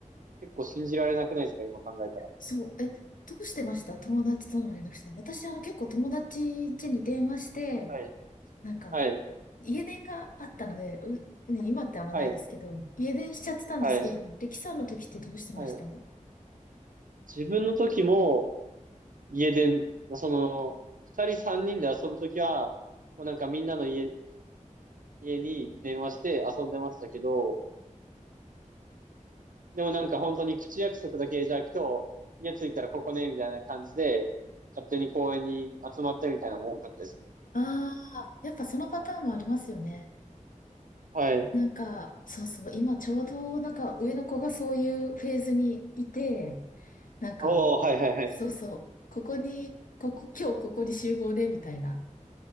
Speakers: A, on the right; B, on the left.
A: 結構信じられなくないですか今考えたら。
B: そう、え、どうしてました友達との連絡してた。私は結構友達家に電話して、
A: はい。
B: なんか、
A: はい。
B: 家電があったので、う、ね、今ってあんまないですけど、
A: はい。
B: 家電しちゃってたんですけど、
A: はい。
B: 力さんの時ってどうしてました
A: はい。自分の時も家で、その、二人三人で遊ぶ時は、もうなんかみんなの家、家に電話して遊んでましたけど、でもなんか本当に口約束だけ、じゃあ今日家着いたらここね、みたいな感じで、勝手に公園に集まってみたいなのも多かったですね。
B: ああー、やっぱそのパターンもありますよね。
A: はい。
B: なんか、そうそう、今ちょうどなんか上の子がそういうフェーズにいて、なんか、
A: おー、はいはいはい。
B: そうそう、ここに、ここ、今日ここに集合でみたいな。